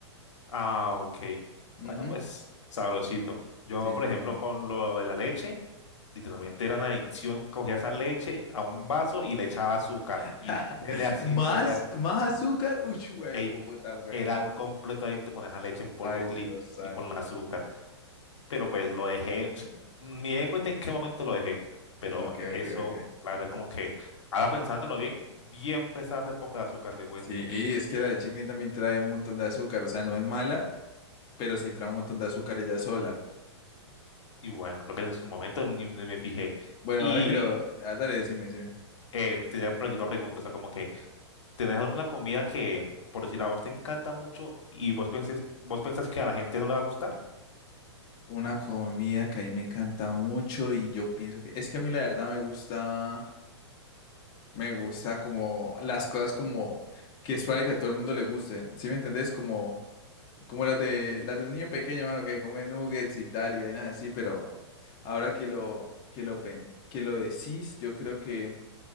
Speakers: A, on the left; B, on the left.
A: Ah, ok.
B: Ujú.
A: Bueno, pues sabrosito. Yo,
B: Sí,
A: por
B: sí,
A: ejemplo,
B: es bueno.
A: con lo de la leche, literalmente era una adicción. Cogía esa leche a un vaso y le echaba azúcar.
B: <laughs>
A: Y dele así,
B: Más,
A: dele así.
B: más azúcar. Uy,
A: Ey,
B: puta, weón.
A: era un completo adicto con esa leche en polvo
B: Ay,
A: clean
B: Dios santo.
A: y con el azúcar. pero pues lo dejé, no sé, ni me di cuenta en qué momento lo dejé, pero
B: Ok,
A: eso,
B: ok, ok.
A: la verdad, como que ahora pensándolo bien, bien pesado ese poco de azúcar, le cuento.
B: Sí, y es que la de chickpea también trae un montón de azúcar, o sea, no es mala, pero sí trae un montón de azúcar ella sola.
A: Y bueno, creo que en su momento ni, ni me fijé.
B: Bueno,
A: Y
B: ahora que lo... ah, dale, decime, decime.
A: eh, tenía por aquí otra pregunta, o sea, como que, ¿tenés alguna comida que, por decir, a vos te encanta mucho y vos pensés, vos pensás que a la gente no le va a gustar?
B: Una comida que a mí me encanta mucho y yo pienso que... Es que a mí la verdad me gusta... Me gusta como las cosas como... Que es probable que a todo el mundo le guste, ¿sí me entendés? Como, como las de, las de un niño pequeño, mano, que come nuggets y tal y vainas así, pero ahora que lo, que lo, pen- que lo decís, yo creo que...